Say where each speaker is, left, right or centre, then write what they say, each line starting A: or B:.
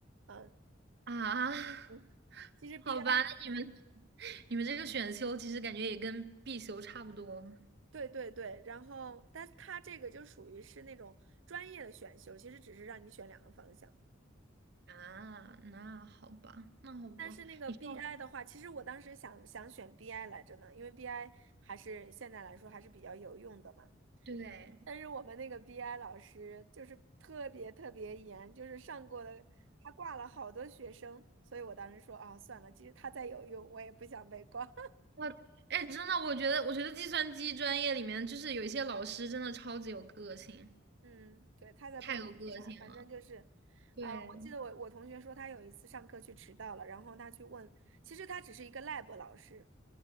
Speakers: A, on the right; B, on the right.
A: 嗯
B: 啊，
A: 嗯，
B: <laughs>
A: 其实
B: 好吧，
A: BI。
B: 那你们 <laughs> 你们这个选修其实感觉也跟必修差不多
A: 对对对，然后，但它这个就属于是那种专业的选修，其实只是让你选两个方向。
B: 啊。那好吧，那好吧，
A: 但是那个
B: 你上
A: BI 的话，其实我当时想想选 BI 来着呢，因为 BI 还是现在来说还是比较有用的嘛。
B: 对
A: 但是我们那个 BI 老师就是特别特别严，就是上过的，他挂了好多学生，所以我当时说啊，算了，其实他再有用，我也不想被挂。
B: 我哎，真的，我觉得，我觉得计算机专业里面，就是有一些老师真的超级有个性，
A: 嗯，对，他才不管你啥，
B: 太有个性了。
A: 反正就是，
B: 对
A: 啊、我记得我我同学说他有一次上课去迟到了，然后他去问，其实他只是一个 lab 老师，